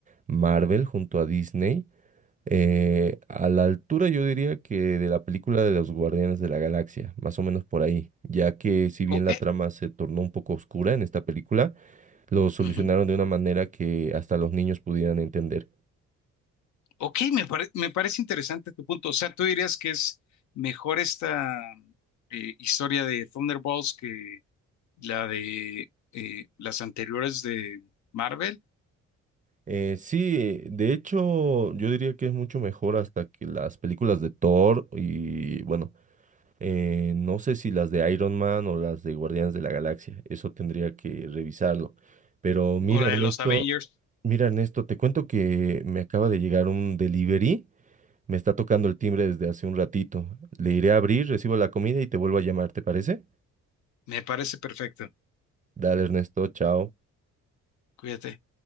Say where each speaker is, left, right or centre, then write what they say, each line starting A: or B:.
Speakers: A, on the right; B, on the left.
A: Marvel junto a Disney. Eh, a la altura yo diría que de la película de los Guardianes de la Galaxia, más o menos por ahí, ya que si bien
B: Ok,
A: la trama se tornó un poco oscura en esta película, lo solucionaron
B: ujú.
A: de una manera que hasta los niños pudieran entender.
B: Ok, me pare- me parece interesante tu punto. O sea, tú dirías que es mejor esta eh, historia de Thunderbolts que la de eh, las anteriores de Marvel
A: Eh, sí, eh, de hecho yo diría que es mucho mejor hasta que las películas de Thor y bueno, eh, no sé si las de Iron Man o las de Guardianes de la Galaxia, eso tendría que revisarlo. Pero mira,
B: o la
A: Ernesto.
B: de los Avengers.
A: Mira, Ernesto, te cuento que me acaba de llegar un delivery. Me está tocando el timbre desde hace un ratito. Le iré a abrir, recibo la comida y te vuelvo a llamar, ¿te parece?
B: Me parece perfecto.
A: Dale, Ernesto, chao.
B: Cuídate.